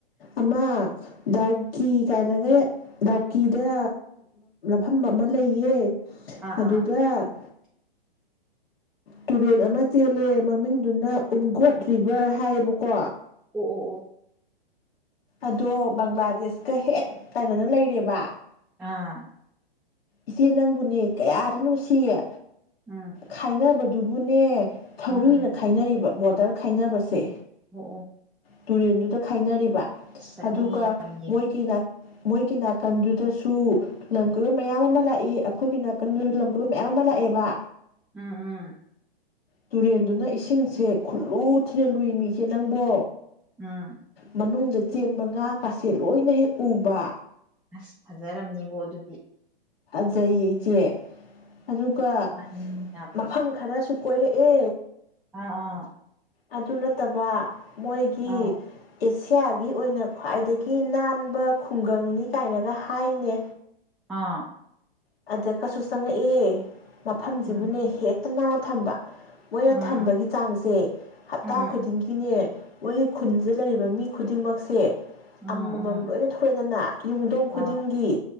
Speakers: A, on the left (about 75°); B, in the centre.
A: ꯑꯃ ꯗꯥꯎꯀꯤ ꯀꯥꯏꯅꯒ ꯗꯥꯎꯀꯤꯗ ꯃꯐꯝ ꯑꯃ ꯂꯩꯌꯦ
B: ꯑꯥ
A: ꯑꯗꯨꯗ
B: ꯑꯥ
A: ꯇꯨꯔꯦꯜ ꯑꯃ ꯆꯦꯜꯂꯦ ꯃꯃꯤꯡꯗꯨꯅ ꯎꯝꯒꯣꯠ ꯚꯔ ꯍꯥꯏꯌꯦꯕꯀꯣ
B: ꯎ ꯑꯣ ꯑꯣ
A: ꯑꯗꯣ ꯕꯪꯒ꯭ꯂꯥꯗꯦꯁꯀ ꯍꯦꯛ ꯇꯥꯏꯅꯅ ꯂꯩꯔꯦꯕ
B: ꯑꯥ
A: ꯏꯆꯦ ꯅꯪꯕꯨꯅꯦ ꯀꯌꯥꯗꯤ ꯅꯨꯡꯁꯤꯌꯦ
B: ꯎꯝ
A: ꯈꯥꯏꯅꯕ ꯇꯕꯨꯨꯅꯦ ꯊꯧꯔꯨꯏꯅ
B: ꯎꯝ ꯎꯝ
A: ꯈꯥꯏꯅꯔꯤꯕ ꯕꯣꯗꯔ ꯈꯥꯏꯅꯕꯁꯦ
B: ꯑꯣ ꯑꯣ
A: ꯇꯨꯔꯦꯟꯗꯨꯗ ꯈꯥꯏꯅꯔꯤꯕ
B: ꯆꯠꯅꯤꯡꯉꯤ
A: ꯑꯗꯨꯒ
B: ꯌꯥꯝ ꯌꯦꯡ
A: ꯃꯣꯏꯒꯤꯅ ꯃꯣꯏꯒꯤ ꯅꯥꯀꯟꯗꯨꯗꯁꯨ ꯂꯝ ꯀꯣꯏꯕ ꯃꯌꯥꯝ ꯑꯃ ꯂꯥꯛꯏ ꯑꯩꯈꯣꯏꯒꯤ ꯅꯥꯀꯟꯗꯨꯗ ꯂꯝ ꯀꯣꯏꯕ ꯃꯌꯥꯝ ꯑꯃ ꯂꯥꯛꯑꯦꯕ
B: ꯎꯝ ꯎꯝ
A: ꯇꯨꯔꯦꯟꯗꯨꯅ ꯏꯁꯤꯡꯁꯦ ꯈꯨꯠꯂꯨ ꯊꯤꯅ ꯂꯨꯏꯃꯤꯁꯦ ꯅꯪꯕꯣ
B: ꯎꯝ
A: ꯃꯅꯨ ꯆꯦꯟꯕ ꯉꯥ ꯀꯥꯁꯦ ꯂꯣꯏꯅ ꯍꯦꯛ ꯎꯕ
B: ꯑꯁ ꯐꯖꯔꯝꯅꯤꯕꯣ ꯑꯗꯨꯗꯤ
A: ꯐꯖꯩꯌꯦ ꯏꯆꯦ ꯑꯗꯨꯒ
B: ꯆꯥꯅꯤꯡ ꯌꯥꯝ
A: ꯃꯐꯝ ꯈꯔꯁꯨ ꯀꯣꯏꯔꯛꯦ
B: ꯑꯥ ꯑꯥ
A: ꯑꯗꯨ ꯅꯠꯇꯕ ꯃꯣꯏꯒꯤ
B: ꯑꯥꯎ
A: ꯁꯤꯌꯥꯒꯤ ꯑꯣꯏꯅ ꯈ꯭ꯋꯥꯏꯗꯒꯤ ꯅꯥꯟꯕ ꯈꯨꯡꯒꯪꯅꯤ ꯀꯥꯏꯅꯒ ꯍꯥꯏꯅꯦ
B: ꯑꯥ
A: ꯑꯗ ꯀꯩꯁꯨ ꯆꯪꯉꯛꯑꯦ ꯃꯐꯝꯁꯤꯕꯨꯅꯦ
B: ꯎꯝ
A: ꯍꯦꯛ ꯅꯥꯟꯅ ꯊꯝꯕ ꯃꯣꯏꯅ
B: ꯎꯝ
A: ꯊꯝꯕꯒꯤ ꯆꯥꯡꯁꯦ ꯍꯞꯇꯥ
B: ꯎꯝ
A: ꯈꯨꯗꯤꯡꯒꯤꯅꯦ ꯃꯣꯏꯒꯤ ꯈꯨꯟꯁꯤꯗ ꯂꯩꯔꯤꯕ ꯃꯤ ꯈꯨꯗꯤꯡꯃꯛꯁꯦ
B: ꯎꯝ
A: ꯑꯃꯃꯝ
B: ꯎꯝ
A: ꯂꯣꯏꯅ ꯊꯣꯛꯂꯗꯅ ꯌꯨꯝꯊꯣꯡ
B: ꯑꯥ
A: ꯈꯨꯗꯤꯡꯒꯤ